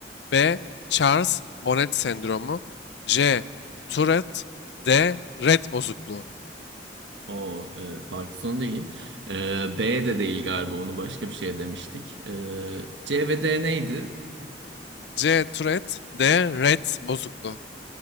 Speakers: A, on the left; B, on the right.
A: B. Charles Bonnet sendromu C. Tourette D. Rett bozukluğu
B: O evet, Parkinson değil. Ee, B de değil galiba. Onu başka bir şeye demiştik. Ee, C ve D neydi?
A: C. Tourette D. Rett bozukluğu